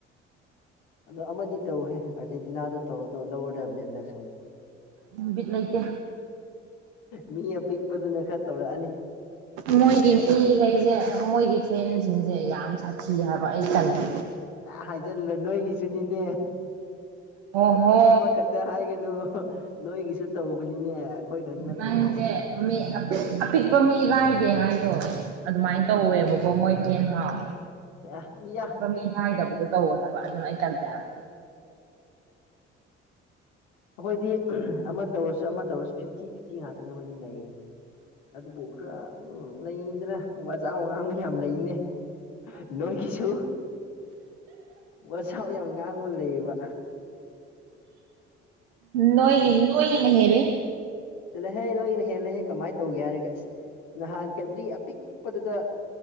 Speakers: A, on the left (about 65°); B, on the right (about 70°).
A: ꯑꯗꯣ ꯑꯃꯗꯤ ꯇꯧꯍꯦ ꯑꯥꫪꯖꯦꯟꯇꯤꯅꯥꯗ ꯇꯧꯒꯗ ꯂꯧꯔꯗꯕꯅꯦ ꯍꯟꯗꯛꯁꯨ ꯑꯃꯨꯛ
B: ꯕꯤꯠ ꯂꯩꯇꯦ
A: ꯃꯤ ꯑꯄꯤꯛꯄꯗꯨꯅ ꯈꯔ ꯇꯧꯔꯛꯑꯅꯤ
B: ꯃꯣꯏꯒꯤ ꯃꯤꯈꯩꯁꯦ ꯃꯣꯏꯒꯤ ꯐ꯭ꯔꯦꯟꯁꯤꯡꯁꯦ ꯌꯥꯝ ꯁꯥꯊꯤ ꯍꯥꯏꯕ ꯑꯩ ꯇꯜꯂꯤ
A: ꯍꯥꯏꯖꯤꯜꯂꯣ ꯅꯣꯏꯒꯤꯁꯨꯅꯤꯅꯦ
B: ꯑꯣꯍꯣ
A: ꯑꯃꯈꯛꯇ ꯍꯥꯏꯒꯅꯨ ꯅꯣꯏꯒꯤꯁꯨ ꯇꯧꯕꯅꯤꯅꯦ ꯑꯩꯈꯣꯏ ꯈꯛ ꯅꯠꯇꯦꯅꯦ
B: ꯅꯪꯁꯦ
A: ꯌꯥ
B: ꯃꯤ ꯑꯄꯤꯛꯄ ꯑꯄꯤꯛꯄꯃꯤ ꯂꯥꯏꯗꯦ ꯍꯥꯏ ꯗꫭ ꯑꯗꯨꯃꯥꯏꯅ ꯇꯧꯋꯦꯕꯀꯣ ꯃꯣꯏ ꯐꯦꯟ ꯍꯥꯎ
A: ꯑꯩꯈꯣꯏꯗꯤ
B: ꯑꯄꯤꯛꯄ ꯃꯤ ꯍꯥꯏꯥꯏꯗꯕꯗꯣ ꯇꯧꯋꯦ ꯍꯥꯏꯕ ꯑꯗꯨꯅ ꯑꯩ ꯇꯟꯗꯦꯕ
A: ꯑꯩꯈꯣꯏꯗꯤ ꯑꯃ ꯇꯧꯔꯁꯨ ꯑꯃ ꯇꯧꯔꯁꯨ ꯐꯤꯐꯇꯤ ꯐꯤꯐꯇꯤ ꯉꯥꯛꯇꯅꯦ ꯑꯩꯈꯣꯏꯅ ꯂꯩꯔꯤ ꯑꯗꯨ ꯈꯔ ꯅꯨꯝ ꯂꯩꯗꯅ ꯋꯥꯖꯥꯎ ꯉꯥꯡꯕ ꯌꯥꯝ ꯂꯩꯅꯦ ꯅꯣꯏꯒꯤꯁꯨ ꯋꯥꯖꯥꯎ ꯌꯥꯝ ꯉꯥꯡꯕ ꯂꯩꯌꯦꯕ
B: ꯅꫭꯏ ꯅꫭꯏꯒꯤꯅ ꯍꯦꯜꯂꯤ
A: ꯆꯜꯂꫭꯍꯦ ꯅꯣꯏꯒꯤꯅ ꯍꯦꯜꯂꯦꯍꯦ ꯀꯃꯥꯏꯅ ꯇꯧꯒꯦ ꯍꯥꯏꯔꯒꯁ ꯅꯍꯥꯟ ꯀꯟꯇ꯭ꯔꯤ ꯑꯄꯤꯛꯄꯗꯨꯗ